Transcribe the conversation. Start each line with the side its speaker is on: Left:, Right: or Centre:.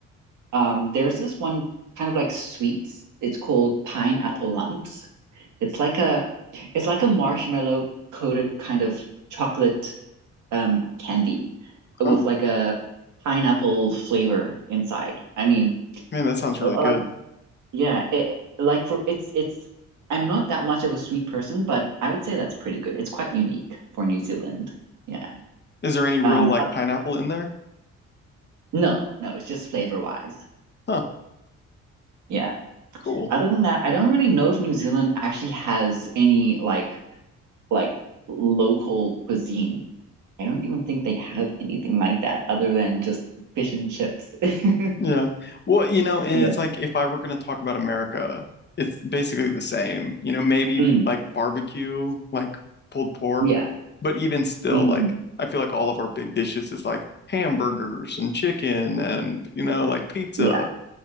Right: um. There's this one kind of like sweets. It's called pineapple lumps. It's like a, it's like a marshmallow coated kind of chocolate um candy
Left: Huh.
Right: with like a pineapple flavor inside. I mean,
Left: Man, that sounds really
Right: uh, uh,
Left: good.
Right: like yeah, it, like for it's it's I'm not that much of a sweet person, but I would say that's pretty good. It's quite unique for New Zealand. Yeah.
Left: Is there any real
Right: Um
Left: like
Right: uh,
Left: pineapple in there?
Right: no, no, it's just flavor wise.
Left: Huh,
Right: Yeah.
Left: cool.
Right: Other than that, I don't really know if New Zealand actually has any like like local cuisine. I don't even think they have anything like that other than just fish and chips. <laughs>
Left: Yeah. Well, you know, and
Right: Yeah.
Left: it's like if I were going to talk about America, it's basically the same. You know, maybe
Right: Mm,
Left: like barbecue, like pulled pork,
Right: yeah.
Left: but even still,
Right: Mm,
Left: like I feel like all of our big dishes is like hamburgers and chicken and, you know, like pizza.
Right: yeah,